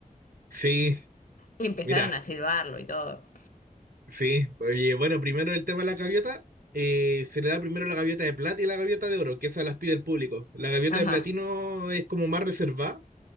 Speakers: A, on the right; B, on the left.
A: Sí,
B: Y empezaron
A: mira.
B: a silbarlo y todo.
A: Sí, oye, bueno, primero el tema de la gaviota. eh, se le da primero la gaviota de plata y la gaviota de oro, que esas las pide el público. La gaviota
B: Ajá.
A: de platino es como más reservada,